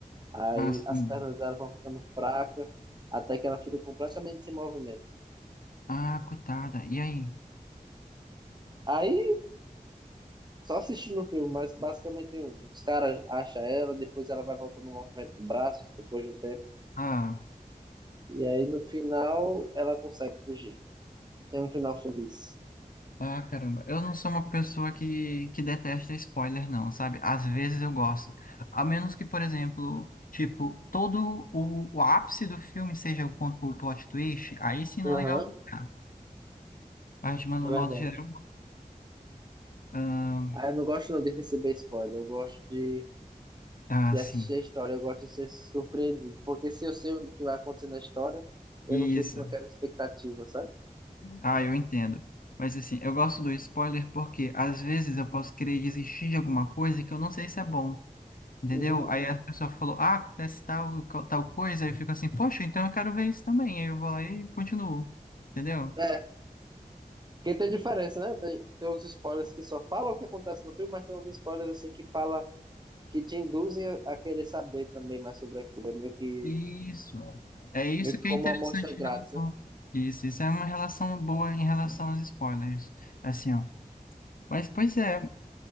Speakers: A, on the right; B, on the left.
A: aí
B: Ah, sim.
A: as pernas dela vão ficando fracas, até que ela fica completamente sem movimento.
B: Ah, coitada. E aí?
A: Aí, só assistindo o filme, mas basicamente tem um- os caras acham ela, depois ela vai voltando o movimento do braço, depois de um tempo.
B: Ah,
A: E aí no final ela consegue fugir. Tem um final feliz.
B: ah, caramba. Eu não sou uma pessoa que, que detesta spoiler, não, sabe? Às vezes eu gosto. A menos que, por exemplo, tipo, todo o, o ápice do filme seja o ponto, o plot twist, aí sim não
A: Aham,
B: é legal. Ah, Mas, de modo
A: é verdade.
B: modo geral, ah,
A: Ah, eu não gosto não de receber spoiler, eu gosto de
B: ah,
A: de assistir
B: sim.
A: a história, eu gosto de ser surpreendido, porque se eu sei o que vai acontecer na história, eu
B: Isso.
A: não fico com aquela expectativa, sabe?
B: Ah, eu entendo. Mas assim, eu gosto do spoiler porque às vezes eu posso querer desistir de alguma coisa que eu não sei se é bom, entendeu?
A: Uhum.
B: Aí a pessoa falou, ah, acontece tal, co- tal coisa, aí eu fico assim, poxa, então eu quero ver isso também. Aí eu vou lá e continuo, entendeu?
A: É, porque tem diferença, né? Tem, tem uns spoilers que só falam o que acontece no filme, mas tem uns spoilers assim que fala que te induzem a a querer saber também mais sobre aquilo. É meio que,
B: Isso. É isso
A: meio que
B: que
A: como
B: é interessante
A: uma amostra grátis,
B: em relação.
A: né?
B: Isso, isso é uma relação boa em relação aos spoilers. Assim, ó. Mas pois é,